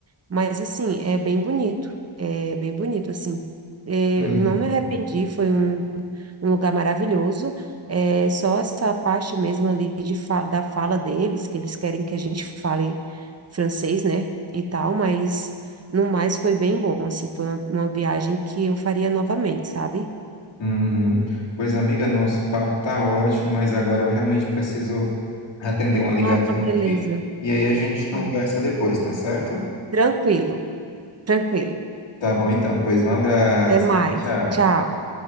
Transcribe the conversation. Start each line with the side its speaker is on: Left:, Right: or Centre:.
Right: Mas, assim, é bem bonito. É bem bonito, assim. É,
Left: uhum,
Right: eu não me arrependi, foi um, um lugar maravilhoso. É, só essa parte mesmo ali de fa- da fala deles, que eles querem que a gente fale francês, né? E tal, mas no mais foi bem bom, assim. Foi uma, uma viagem que eu faria novamente, sabe?
Left: uhum. Pois, amiga, nosso papo tá ótimo, mas agora eu realmente preciso atender uma ligação
Right: Ah, beleza.
Left: aqui, e aí a gente conversa
Right: Aham.
Left: depois, tá certo?
Right: Tranquilo, tranquilo.
Left: Tá bom então, pois um abraço.
Right: Até mais.
Left: Tchau, tchau.
Right: Tchau.